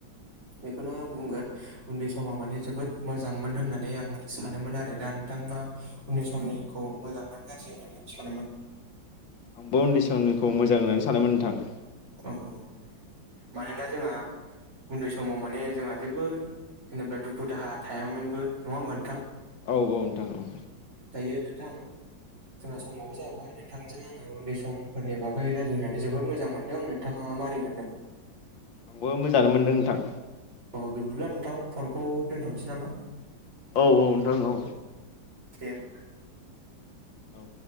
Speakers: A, on the right; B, on the left.
A: बेखौनो आं बुंगोन उन्दै समा माने जोबोद मोजांमोन होननानै आं सानोमोन आरो दा नोंथाङा उन्दैनि समनिखौ मोजां ना गाज्रि होननानै सानोमोन?
B: आंबो उन्दै समनिखौ मोजां होननानै सानोमोन नोंथां।
A: नंगौ मानोना जोंहा उन्दै समाव माने जोंहा जेबो जेनेबा दुखु दाहा थायामोनबो। नङा होमबा नोंथां?
B: औ औ नोंथां औ
A: दायो नोंथां जोंहा समाबो जाबाय नोंथांजों आङो उन्दै समफोरनि बागै रायज्लायनानै जोबोद मोजां मोनदों नोंथाङा मारै मोनदों?
B: आंबो मोजांआनो मोनदों नोंथां।
A: अ बिब्दिब्ला नोंथां फनखौ दोनथ'नोसै नामा?
B: औ औ नोंथां औ
A: दे ओमबा ना
B: औ